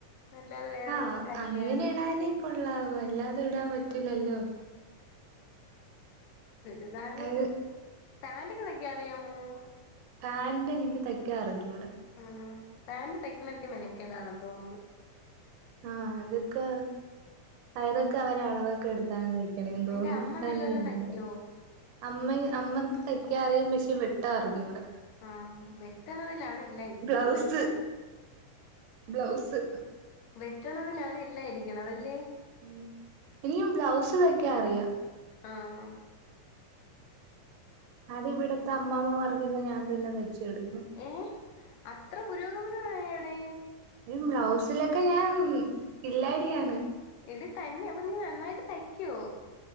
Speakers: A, on the left; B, on the right.
A: അല്ലാത വേറെവിടെ
B: ആഹ്
A: ഒരു കല്യാണം
B: അങ്ങനെ ഇടാനേ കൊള്ളാവൂ അല്ലാതെ ഇടാൻ പറ്റൂലല്ലോ
A: ചുരിദാാര്
B: അത്
A: പാന്റോക്കെന്തൊക്കെ അറിയാമോ
B: പാാന്റ് എനിക്ക് തയ്ക്കാൻ അറിച്ചൂട
A: ഉം പാന്റ് തയ്ക്കണ എത്തിയ മനക്കേതാണെന്ന് തോന്നുന്നു
B: ആഹ് അതൊക്കെ പയതൊക്കെ
A: ഉം
B: അവരെ അളവൊക്കെ എടുത്താാണ്തായി ക്കണന്ന്
A: നിന്റെ
B: തോന്നുന്നു
A: അമ്മ
B: അതനിക്കറിഞ്ഞുട
A: നല്ലപോലെ തയ്ക്കുവോ
B: അമ്മ അമ്മക്ക് തയ്ക്കാ അറിയാം പക്ഷേ വെട്ടാ അറിഞ്ഞുട
A: ആഹ് വെട്ടണതിലാണ് ഇല്ല ഇരിക്കുന്നത്
B: ബ്ലൗസ്
A: ല്ലേ
B: ബ്ലൗസ്
A: വെട്ടണതിലാണ് എല്ലാം ഇരിക്കണതല്ലേ
B: ഉം ഇനിയും ബ്ലൗസ് തയ്ക്കാ അറിയാം
A: ആഹ്
B: അത് ഇവിടത്തെ അമ്മ്മമാർക്കൊക്കെ ഞൻ തന്നെ തച്ച കൊടുകും
A: ഏയ് അത്ര പുരോഗമനമായ അടെ
B: <unintelligible> ബ്ലൗസിലൊക്കെ ഞാൻ കില്ലാടിയാണ്
A: എടിത്തന്നെ അപ്പൊ നീ നന്നായിട്ട് തയ്ക്കുവോ